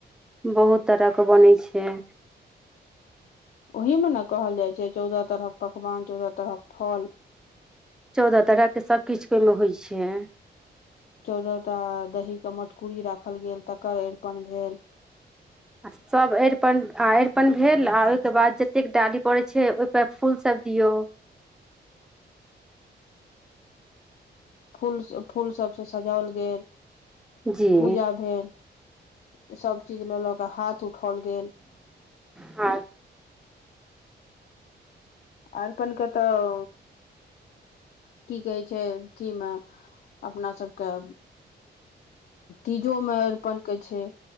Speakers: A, in the centre; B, on the left (about 60°).
A: बहुत तरहके बनै छैय।
B: ओहीमे ने कहल जाइ छैय चौदह तरहक पकवान चौदह तरहक फल
A: चौदह तरहके सभकिछुके ओहिमे होइ छैय।
B: चौदह टा दहीके मटकूरी राखल गेल तकर अरिपन भेल
A: आ सभ अरिपन आ अरिपन भेल आ ओहिके बाद जतेक डाली पड़ैत छैय ओहिपर फूल सभ दियो
B: फूल फूल सभसँ सजाओल गेल
A: जी
B: पूजा भेल सभ चीज लऽ ल कऽ हाथ उठाओल गेल
A: आ
B: आहिपन क तऽ की कहै छैय अथीमे अपना सभके तीजोमे अरिपनके छैय